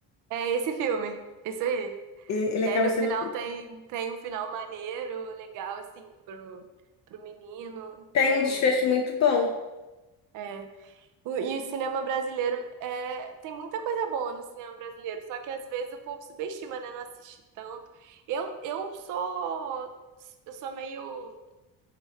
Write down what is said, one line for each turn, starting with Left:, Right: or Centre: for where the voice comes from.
Right: é esse filme. Isso aí.
Left: E- Ele
Right: E
Left: acaba
Right: aí no
Left: sendo...
Right: final tem, tem um final maneiro, legal, assim, pro, pro menino.
Left: Tem
Right: É maneiro.
Left: um desfecho muito bom.
Right: É. O- e o cinema brasileiro é, tem muita coisa boa no cinema brasileiro, só que às vezes o povo subestima, né? Não assiste tanto. Eu, eu sou, eu sou meio,